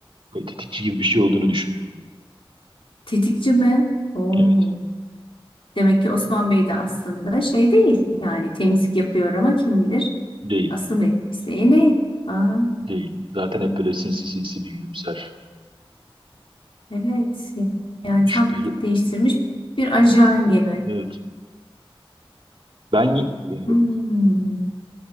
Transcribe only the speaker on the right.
ve tetikçi gibi bir şey olduğunu düşünüyorum.
Evet.
Değil.
Değil. Zaten hep böyle sinsi sinsi bir gülümser.
Şüpheli.
Evet. Ben y- e,